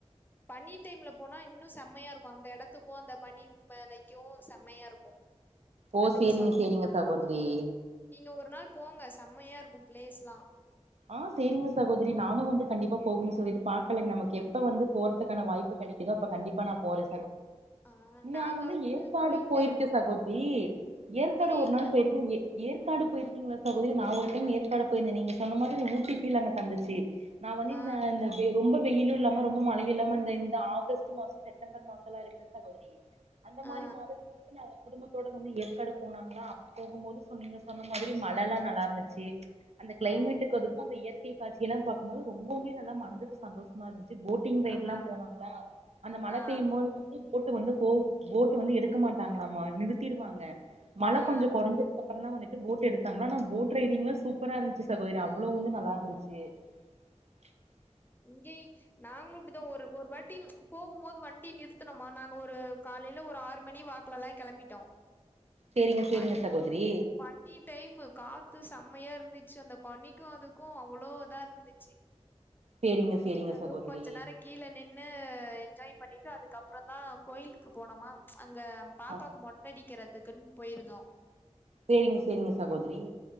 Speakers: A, on the left; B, on the right.
A: பனி டைம்ல போனா இன்னு செம்மையா இருக்கு அந்த எடத்துக்கு அந்த பனி மலைக்கு செம்மையா இருக்கு
B: ஓ
A: அதுக்கு
B: செரிங்க
A: சொல்றே
B: செரிங்க சகோதரி
A: நீங்க ஒரு நாள் போங்க செம்மையா இருக்கு பிளேஸ்லா
B: ஆ செரிங்க சகோதரி நானு வந்து கண்டிப்பா போகணு சகோதரி பாகல நமக்கு எப்ப வந்து போறதுக்கான வாய் ப்பு கெடைக்குதோ அப்ப கண்டிப்பா நா போற
A: ஆ
B: நா
A: நாங்க
B: வந்து ஏற்காடு
A: போயிட்டு
B: போயிருக்கே சகோதரி ஏற்காடு
A: புரியல
B: ஒரு நாள் போயிருக்க ஏ ஏற்காடு போயிருக்கீங்ளா சகோதரி நான் ஒரு டைம் ஏற்காடு போயிருதே நீங்க சொன்ன மாதிரி ஊட்டி ஃபீல் அங்க தந்துச்சு நான் வந்து
A: ஆ
B: இந்த இந்த வெ ரொம்ப வெயிலு இல்லா ம ரொம்ப மழயு இல்லாம இந்த இந்த ஆகஸ்ட் மாச செப்டம்பர் மாசல்லா இருக்குல சகோதரி அந்த மாரி
A: ஆ ஆ
B: <inaudible> குடும்பத்தோட வந்து ஏற்காடு போனாங்ளா அப்போ போகும் போது சொன்ன நீங்க சொன்ன மாதிரி மழ எல்லா நல்லா இருந்துச்சி கிளைமேட்டுக்கு
A: ஆ
B: அதுக்கு அந்த இயற்கை காட்சி எல்லா பாக்கும்போது ரொம்பவுமே நல்லா மனதுக்கு சந்தோஷமா இருந்துச்சி போட் டிங்ளா
A: ஆ ஆ
B: போனாங்களா அந்த மழை
A: ஆ
B: பெய்யும் போது வந்து போட் டு வந்து போவு போட்டு வந்து எடுக்க மாட்டாங்களாமா நிறுத்திடுவாங்க மழ
A: ஆ
B: கொஞ்சம் கொறைஞ்ச அப்பறமதா வந்துட்டு போட் எடுத்தாங்ளா ஆனா போட் ரைடிங்லா சூப்பரா இருந்துச்சி சாகோதரி அவ்ளோ வந்து நல்லா இருந்துச்சு <unintelligible>
A: இங்கீஷ் நாங்களு இப்டிதாக் ஒரு ஒரு வாட்டிங் போகும்போது வண்டி நிறுத்தணமா நாங்க ஒரு காலையில ஒரு ஆறு மணி வாக் குலலாய் கிளம்பிட்டோ
B: சேரிங்க சேரிங்க
A: பனி
B: சகோதரி
A: ப னி டைம் காத்து செம்மையா இருந்துச்சு அந்த பனிக்கு அதுக்கு அவ்ளோ இதா இரு ந்திச்சி
B: சேரிங்க சேரிங்க
A: எல்லாரு
B: சகோதரி
A: கொஞ்சோ நேர கீழ நின்னு என்ஜாய் பண்ணிட்டு அதுக்கு அப்பறதா கோயிலுக்கு போனமா அங்க பாப்பாவுக்கு
B: ஆ
A: மொட்டடிக்கிறதுக்குன் போயிருந்தோ
B: சேரிங்க சேரிங்க சகோதரி